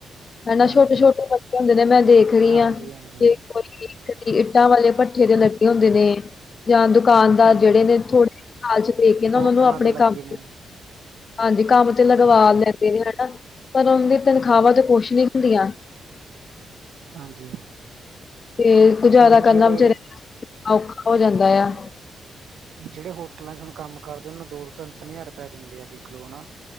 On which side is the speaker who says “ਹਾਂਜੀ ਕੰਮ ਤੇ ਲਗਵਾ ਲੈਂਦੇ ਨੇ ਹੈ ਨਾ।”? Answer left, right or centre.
Left